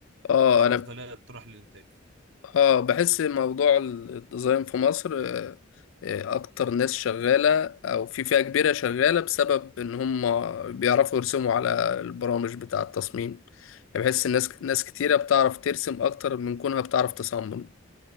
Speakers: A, on the left (about 70°); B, on the right (about 65°).
A: اه
B: فأفضلية
A: انا
B: تروح للإنتاج
A: اه بحس موضوع الديزاين في مصر آه، آه، اكتر ناس شغالة او في فئة كبيرة شغالة بسبب ان هم بيعرفوا يرسموا على البرامج بتاع التصميم يعني بحس الناس ناس كتيرة بتعرف ترسم اكتر من كونها بتعرف تصمم